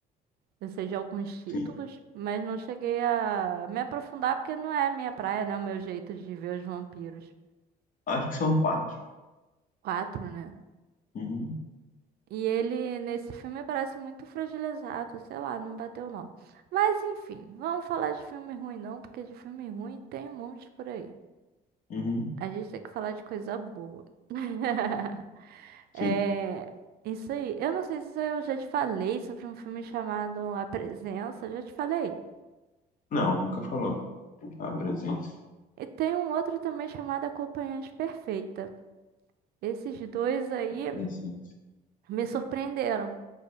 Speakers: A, on the right; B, on the left.
A: Eu sei de alguns títulos,
B: sim.
A: mas não cheguei a me aprofundar porque não é a minha praia, né? O meu jeito de ver os vampiros.
B: Acho que são quatro.
A: Quatro, né?
B: Uhum,
A: E ele, nesse filme, parece muito fragilizado, sei lá, não bateu não. Mas enfim, vamos falar de filme ruim não, porque de filme ruim tem um monte por aí.
B: uhum,
A: A gente tem que falar de coisa boa. <laughs>
B: sim.
A: É, isso aí. Eu não sei se eu já te falei sobre um filme chamado A Presença, já te falei.
B: Não, nunca falou. A presença.
A: E tem um outro também chamado Acompanhante Perfeita. Esses dois aí
B: Presença.
A: me surpreenderam.